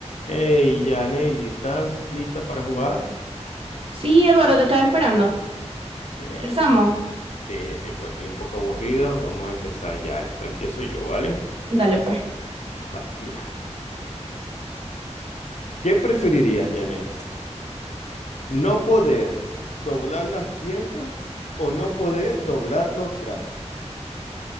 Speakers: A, on the left; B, on the right.
A: Hey, ya, Neily, ¿estás lista para jugar?
B: Sí, Eduardo, te estaba esperando.
A: Bien,
B: Empezamos.
A: bien. Sí, sí, pues estoy un poco aburrido. Vamos a empezar ya. Esto empiezo yo, ¿vale?
B: Dale, pues.
A: Vale, mira. ¿Qué preferirías, Yaneli? ¿No poder doblar las piernas o no poder doblar los brazos?